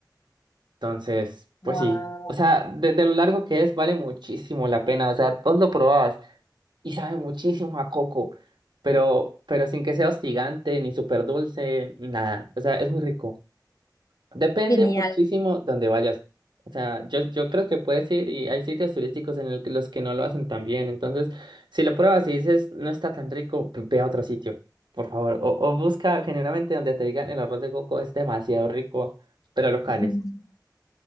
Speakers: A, on the right (about 80°); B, on the left (about 50°).
A: Entonces,
B: Wow,
A: pues sí. O sea, de, de lo largo que es, vale muchísimo la pena. O sea, vos lo probabas y sabe muchísimo a coco, pero, pero sin que sea hostigante, ni súper dulce, nada. O sea, es muy rico. Depende
B: genial.
A: muchísimo donde vayas. O sea, yo, yo creo que puedes ir y hay sitios turísticos en el que- los que no lo hacen tan bien. Entonces, si lo pruebas y dices, no está tan rico, pues ve a otro sitio, por favor. O, o busca generalmente donde te digan el arroz de coco es demasiado rico, pero locales.
B: <laughs>